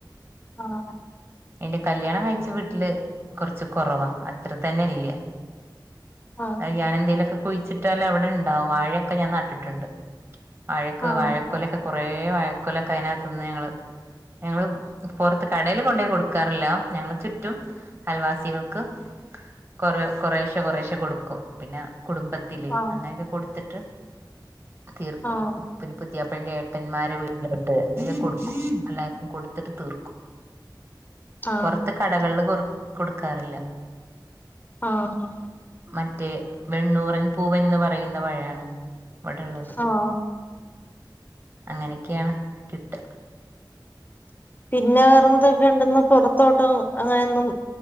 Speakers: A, on the left; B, on the right.
A: ആഹ.
B: എന്റെ കല്യാണം കഴിച്ച വീട്ടില് കുറച്ച് കുറവാ അത്ര തന്നെ ഇല്യാ.
A: ആഹ്
B: അത് ഞാനെന്തേലൊക്കെ കുഴിച്ചിട്ടാല് അവിടെണ്ടാവും വാഴെക്കെ ഞാൻ നട്ടിട്ടുണ്ട്. വാഴക്ക്
A: ആഹ്
B: വാഴക്കൊലെക്ക. കൊറേ വഴക്കൊലെക്ക അതിനാത്ത്ന്ന് ഞങ്ങള്, ഞങ്ങള് പുറത്ത് കടെല് കൊണ്ടോയി കൊടുക് ക്കാറില്ല ഞങ്ങള് ചുറ്റും അയൽവാസികൾക്ക്. കൊറെ കൊറെശ്ശെ, കൊറെശ്ശെ കൊടുക്കും പിന്നെ കുടുംബത്തില്
A: ആഹ്
B: അങ്ങനെക്കെ കൊടുത്തിട്ട്. തീർക്കും.
A: ആഹ്
B: പിന്നെ പുതിയാപ്പളെൻ്റെ ഏട്ടന്മാരെ വീട്ടിലോട്ട് അങ്ങനെ കൊടുക്കും. എല്ലാർക്കും കൊടുത്തിട്ട് തീർക്കും.
A: ആഹ്
B: പൊറത്ത് കടകളില് കൊ കൊടുക്കാറില്ല.
A: ആഹ.
B: മറ്റേ വെണ്ണൂറൻ പൂവൻന്ന് പറയുന്ന പഴാണ് ഇവിടെള്ളത്.
A: ആഹ്.
B: അങ്ങനെക്കെയാണ് കിട്ട.
A: പിന്നെ വേറെന്തൊക്കെണ്ട്ന്ന് പൊറത്തോട്ട് അങ്ങനെന്നും.